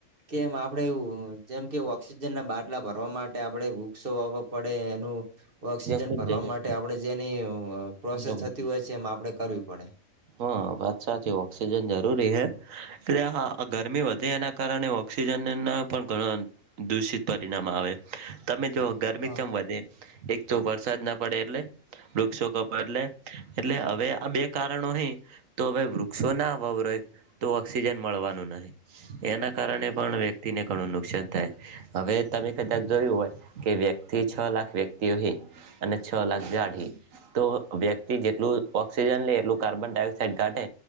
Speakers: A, on the right; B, on the right.
A: કેમ આપણે એવું જેમ કે ઓક્સિજન ના બાટલા ભરવા માટે આપણે વૃક્ષો વાવો પડે નું ઓક્સિજન
B: ખુબ
A: ભરવા
B: જરૂરી
A: માટે આપણે જેની અહ પ્રોસેસ
B: બરોબર
A: થતી હોય છે એમ આપણે કરવી પડે.
B: હા વાત સાચી. ઓક્સિજન જરૂરી હે. એટલે હા આ ગરમી વધે એના કારણે ઓક્સિ સિજનના પણ ઘણા દૂષિત પરિણામ આવે. તમે જોઓ ગરમી
A: હા
B: કેમ વધે એક તો વરસાદ ના પડે એટલે, વૃક્ષો કપાઈ એટલે એટલે હવે આ બે કારણો હે તો હવે વૃક્ષો ના વવરેઈ. તો ઓક્સિજન મળવાનું નહીં. એના કારણે પન વ્યક્તિને ઘણું નુકસાન થાય. હવે તમે કદાચ જોયું હોય કે વ્યક્તિ છ લાખ વ્યક્તિઓ અહીં અને છ લાખ <unintelligible> તો વ્યક્તિ જેટલું ઓક્સિજન લે એટલું કાર્બન ડાયોક્સાઇડ કાઢે,